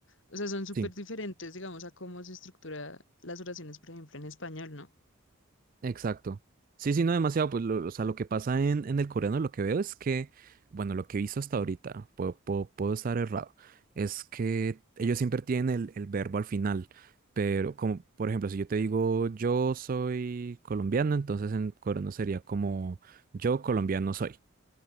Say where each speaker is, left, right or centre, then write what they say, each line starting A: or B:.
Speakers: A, on the left; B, on the right.
A: o sea, son súper
B: Sí.
A: diferentes, digamos, a cómo se estructura las oraciones, por ejemplo, en español, ¿no?
B: Exacto. Sí, sí, no demasiado. Pues, lo- o sea, lo que pasa en, en el coreano, lo que veo es que, bueno, lo que he visto hasta ahorita, puedo, puedo, puedo estar errado, es que ellos siempre tienen el, el verbo al final. Pero, como, por ejemplo, si yo te digo yo soy colombiano, entonces en coreano sería como yo colombiano soy.